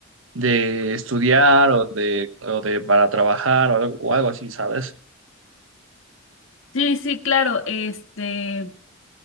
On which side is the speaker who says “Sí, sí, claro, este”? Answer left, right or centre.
Left